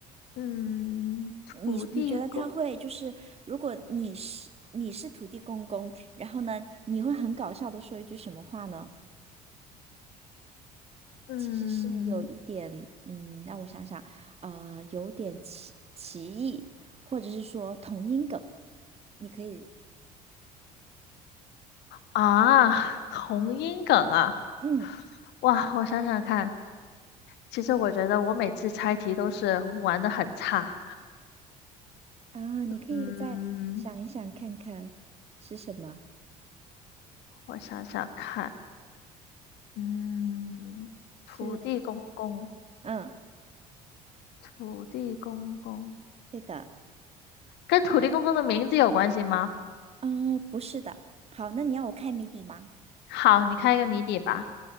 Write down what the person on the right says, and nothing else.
你你觉得他会就是，
如果你是你是土地公公，然后呢，你会很搞笑的说一句什么话呢？
其实是有一点，嗯，让我想想，呃，有点歧歧义，或者是说同音梗，你可以。
嗯，
啊，你可以再想一想看看是什么？
是，嗯，
对的。
好，啊，不是的。好，那你要我开谜底吗？